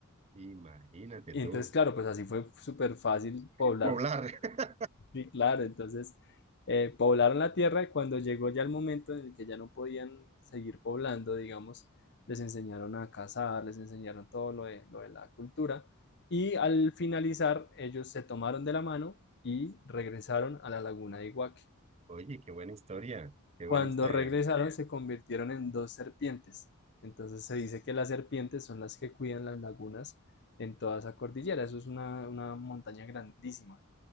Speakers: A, on the right; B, on the left.
A: Imagínate
B: Y
A: tú,
B: entonces, claro, pues así fue súper fácil poblar.
A: poblar. <laughs>
B: Sí, claro, entonces eh, poblaron la tierra y cuando llegó ya el momento en el que ya no podían seguir poblando, digamos, les enseñaron a cazar, les enseñaron todo lo de, lo de la cultura y al finalizar ellos se tomaron de la mano y regresaron a la laguna de Iguaque.
A: Oye, qué buena historia, qué
B: Cuando
A: buena historia.
B: regresaron se convirtieron en dos serpientes. Entonces se dice que las serpientes son las que cuidan las lagunas en toda esa cordillera. Eso es una, una montaña grandísima